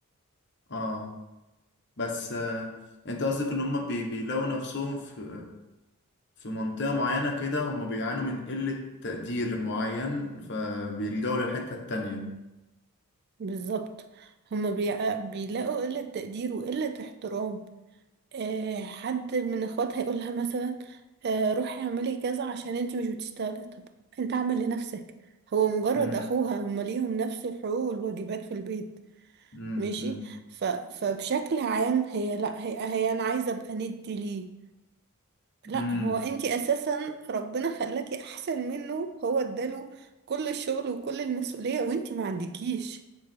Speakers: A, on the left; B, on the right.
A: اه بس آه انت قصدك ان هم بي... بيلاقوا نفسهم في في منطقة معينة كده هم بيعانوا من قلة تقدير معين فبيلجأوا للحتة التانية
B: بالظبط هما بيع- بيلاقوا قلة تقدير وقلة احترام آه، حد من اخواتها هيقولها مثلا آه، روحي اعملي كذا عشان انتي مش بتشتغلي طب انت اعمل لنفسك هو مجرد
A: امم
B: اخوها هما ليهم نفس الحقوق والواجبات في البيت
A: امم
B: ماشي
A: امم
B: ف... فبشكل عام هي لا هي, هي انا عايزه ابقى ندي ليه لا
A: أمم.
B: هو انتي اساسا ربنا خلاكي احسن منه هو اداله كل الشغل وكل المسؤوليه وانتي ما عندكيش